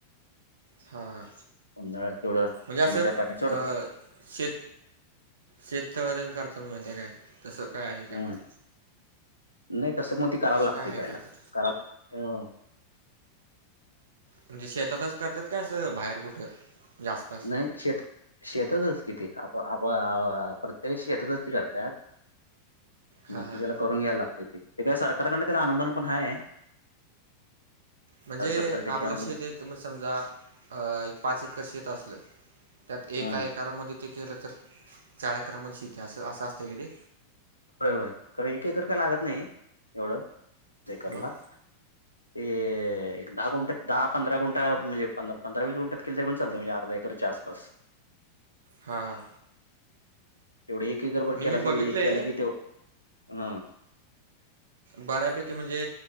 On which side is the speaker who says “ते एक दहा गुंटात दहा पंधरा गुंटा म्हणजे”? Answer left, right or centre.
Left